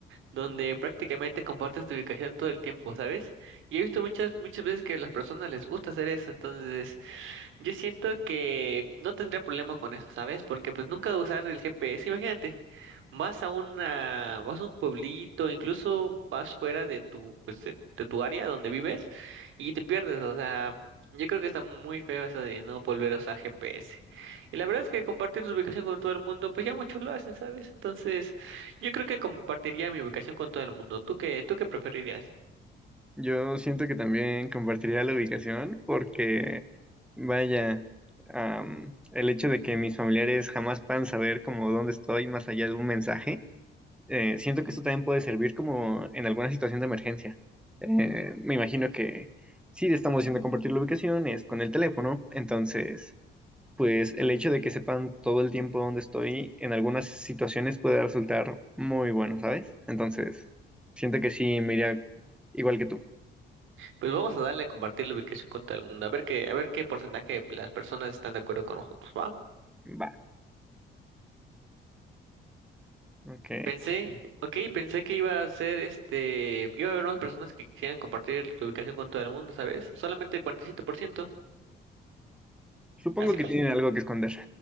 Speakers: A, on the right; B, in the centre.
A: donde prácticamente compartes tu ubicación todo el tiempo, ¿sabes? Y he visto muchas, muchas veces que a las personas les gusta hacer eso, entonces Yo siento que no tendría problema con eso, ¿sabes? Porque pues nunca usar el GPS, imagínate, vas a una, vas a un pueblito, incluso vas fuera de tu, pues de, de tu área donde vives y te pierdes, o sea, yo creo que está muy feo eso de no volver a usar GPS. Y la verdad es que compartir tu ubicación con todo el mundo, pues ya muchos lo hacen, ¿sabes? Entonces, yo creo que compartiría mi ubicación con todo el mundo. ¿Tú qué, tú qué preferirías?
B: Yo siento que también compartiría la ubicación porque, vaya, am, el hecho de que mis familiares jamás puedan saber como dónde estoy más allá de un mensaje, eh, siento que esto también puede servir como en alguna situación de emergencia. Eh, me imagino que si estamos haciendo compartir la ubicación es con el teléfono, entonces, pues el hecho de que sepan todo el tiempo dónde estoy en algunas situaciones puede resultar muy bueno, ¿sabes? Entonces, siento que sí me iría igual que tú.
A: Pues vamos a darle a compartir la ubicación con todo el mundo, a ver qué, a ver qué porcentaje de las personas están de acuerdo con nosotros, ¿va?
B: Va. Ok.
A: Pensé, ok, pensé que iba a ser este, iba a haber unas personas que quisieran compartir su ubicación con todo el mundo, ¿sabes? Solamente el 47%,
B: Supongo
A: así,
B: que tienen algo que esconder.